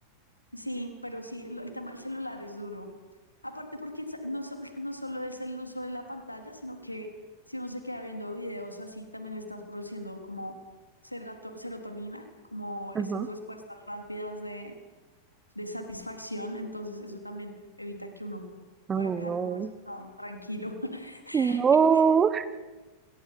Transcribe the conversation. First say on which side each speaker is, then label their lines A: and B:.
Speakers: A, on the left; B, on the right.
A: Sí, pero sí, lo- el tema del celular es duro. Aparte porque sa- no, so- <laughs> no solo es el uso de la pantalla, sino que si uno se queda viendo videos así, también estás produciendo como serato- serotonina, como
B: Ajá.
A: esas respuestas rápidas de, de satisfacción. Entonces eso también evita que uno
B: Ay,
A: pueda quedar
B: no.
A: como en ese estado tranquilo. <laughs>
B: No,